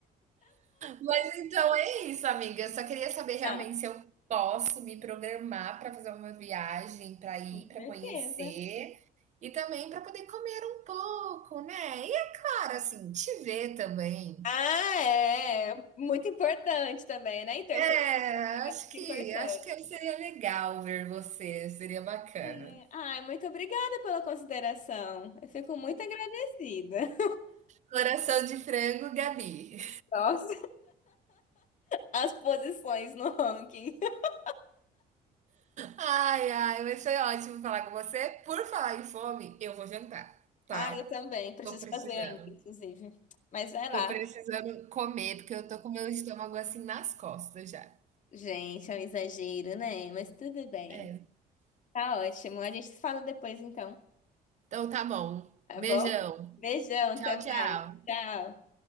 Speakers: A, on the right; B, on the left.
A: Mas então é isso, amiga. Eu só queria saber realmente
B: Tá.
A: se eu posso me programar para fazer uma viagem, para ir,
B: Com
A: para
B: certeza.
A: conhecer e também para poder comer um pouco, né? E é claro, assim, te ver também.
B: Ah, é. Muito importante também, né? Em terceiro
A: É,
B: lugar,
A: acho
B: é muito
A: que
B: importante.
A: acho que seria legal ver você, seria bacana.
B: É. Ai, muito obrigada pela consideração. Eu fico muito agradecida.
A: Coração de frango, Gabi.
B: <laughs> Nossa, as posições no ranking. <laughs>
A: Ai, ai, mas foi ótimo falar com você. Por falar em fome, eu vou jantar, tá?
B: Ah, eu também. Preciso
A: Tô precisando.
B: fazer ainda, inclusive. Mas vai lá.
A: Tô precisando comer, porque eu tô com meu estômago assim nas costas já.
B: Gente, é um exagero, né? Mas tudo bem.
A: É.
B: Tá ótimo. A gente se fala depois, então.
A: Então tá bom.
B: Tá
A: Beijão.
B: bom? Beijão, até
A: Tchau, tchau.
B: mais. Tchau.